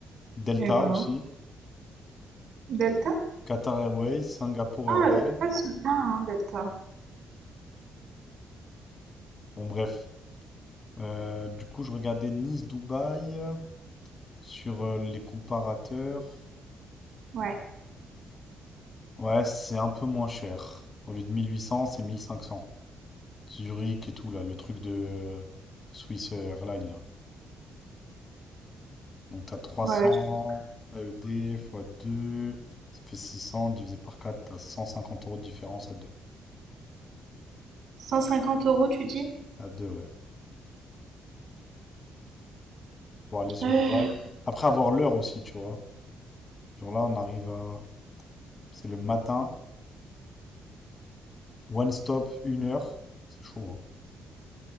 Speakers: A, on the left (about 35°); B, on the right (about 65°).
A: Delta
B: Eh ben,
A: aussi.
B: Delta?
A: Qatar Airways, Singapour
B: Ah,
A: Airlines.
B: euh, pas si bien, hein, Delta.
A: Bon, bref. Euh, du coup, je regardais Nice, Dubaï. Sur euh, les comparateurs,
B: Ouais.
A: ouais, c'est un peu moins cher. Au lieu de 1800, c'est 1500. Zurich et tout, là, le truc de euh, Swiss Airlines, là. Donc, t'as 300
B: Ouais. je-
A: AED fois 2, ça fait 600 divisé par 4, t'as 150 euros de différence à 2.
B: cent cinquante euros, tu dis?
A: À deux, ouais. Pour aller sur
B: euh,
A: Dubaï. Après avoir l'heure aussi, tu vois. Genre là, on arrive à. C'est le matin, one stop, une heure. C'est chaud, hein.